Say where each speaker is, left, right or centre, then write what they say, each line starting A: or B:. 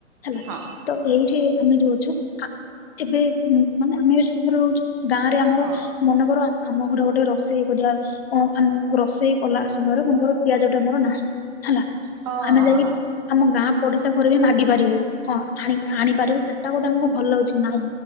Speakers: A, on the left; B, on the right.
A: ହେଲା
B: ହଁ
A: ତ ଏଇଠି ଆମେ ଯୋଉଛୁ ଏବେ ମାନେ ଆମେ ଏ ସହର ରହୁଛୁ। ଗାଁ ରେ ଆମର
B: ହଁ
A: ମନେକର ଆମ ଘର ଗୋଟେ ରୋଷେଇ କରିବା। <unintelligible> ରୋଷେଇ କଲା ସମୟରେ ମଙ୍କର ପିଆଜ ଟା ଆମର ନାହିଁ ହେଲା
B: ହଁ
A: ଆମେ
B: ହଁ
A: ଯାଇକି
B: ହଁ
A: ଆମ ଗାଁ ପଡିଶା ଘରେ ବି ମାଗି ପାରିବ ହଁ ଆ ଆଣି ପାରିବୁ ସେଟା ଗୋଟେଙ୍କୁ ଭଲ ଅଛି ନାଇଁ